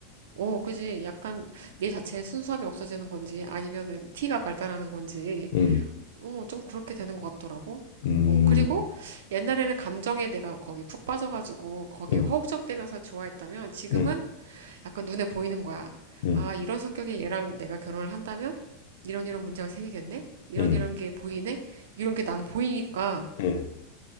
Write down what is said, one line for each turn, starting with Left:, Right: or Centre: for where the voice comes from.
Right: 오, 그지. 약간 내 자체의 순수함이 없어지는 건지 아니면은 티가 발달하는 건지
Left: 음,
Right: 어, 좀 그렇게 되는 것 같더라고.
Left: 음,
Right: 어, 그리고 옛날에는 감정에 내가 거기 푹 빠져가지고 거기
Left: 음,
Right: 허우적대면서 좋아했다면 지금은
Left: 음,
Right: 약간 눈에 보이는 거야.
Left: 음,
Right: 아, 이런 성격의 얘랑 내가 결혼을 한다면 이런 이런 문제가 생기겠네? 이런
Left: 음,
Right: 이런 게 보이네? 이런 게 나는 보이니까
Left: 음,